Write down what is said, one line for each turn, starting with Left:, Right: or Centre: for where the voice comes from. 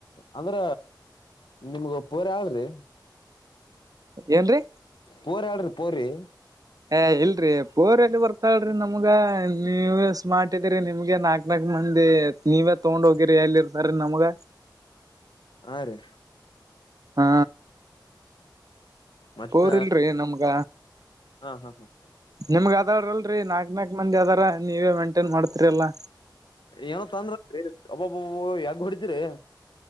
Left: ಅಂದ್ರ ನಿಮ್ಗ ಪೂರ ಯಾವ್ರಿ
Right: ಏನ್ರಿ
Left: ಪೋರ್ ಆಡ್ರಿ ಪೋರಿರಿ
Right: ಏ ಇಲ್ರಿ ಪೂರ್್ಯದ ಬರ್ತಾಳೀ ನಮ್ಗ ನೀವು ಮಾಡ್ಿದಿರಿ ನಿಮ್ಗೆ ನಾಕ್ ನಾಕ ಅಂದೆ ನೀವೇ ತಗೊಂಡ್ ಹೋಗಿರಿ ಎಲ್ಲಿ ಇರ್ತಾರ ನಮ್ಗ
Left: ಹಾ ರೀ
Right: ಹಾ
Left: ಮತ್ತ
Right: ಪೋರಿಲ್ರಿ ನಮ್ಗ
Left: ಹ ಹಾ ಹಾ
Right: ನಿಮಗ ಅದಾಡಲ್ರರಿ ನಾಕ್ ನಾಕ್ ಮಂದಿ ಅದಾರ ನೀವೇ ಮೇಂಟೇನ್ ಮಾಡ್ತರಿ ಅಲ್ಲ
Left: ಏನೋ ತಂದ್ರೀ ಒಬ್ಬೊಬ್ಬ ಯಾಗ ಹೊಡಿತರಿ